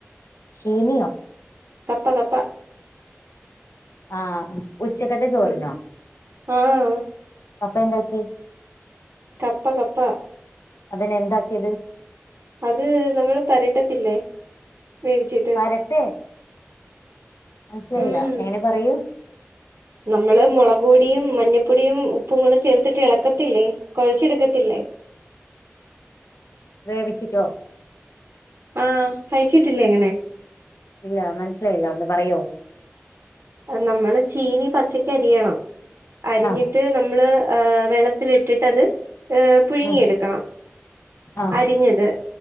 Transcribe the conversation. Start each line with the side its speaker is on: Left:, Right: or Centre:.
Left: ചീനിയോ
Right: കപ്പ കപ്പ
Left: ആഹ ഉച്ചക്കത്തെ ചോറിനോ
Right: ഉം ആഹ്
Left: അപ്പൊ എന്താക്കി
Right: കപ്പ കപ്പ
Left: അതിന്നെ എന്താക്കിയത്.
Right: അത് നമ്മള് പരട്ടത്തില്ലേ വേവിച്ചിട്ട്
Left: പരട്ടെ മനസ്സിലായില്ല
Right: ഉം
Left: എങ്ങനെ പറയൂ.
Right: നമ്മള് മുള പൊടിയും മഞ്ഞപ്പൊടിയും ഉപ്പും കൂടെ ചേർത്തിട്ട് ഇളക്കത്തില്ലേ കുഴച്ചെടുക്കത്തില്ലേ
Left: വേവിച്ചിട്ടോ
Right: ആഹ കഴിച്ചിട്ടില്ലേ എങ്ങനെ
Left: ഇല്ല മനസ്സിലായില്ല ഒന്ന് പറയോ
Right: നമ്മള് ചീനി പച്ചക്കരിയണം അരിഞ്ഞിട്ട്
Left: ആഹ്
Right: നമ്മള്ഹ് വെള്ളത്തിലിട്ടിട്ട്ത് പുഴുങ്ങിയെടുക്കണം.
Left: ഉം ആഹ്
Right: അരിഞ്ഞത്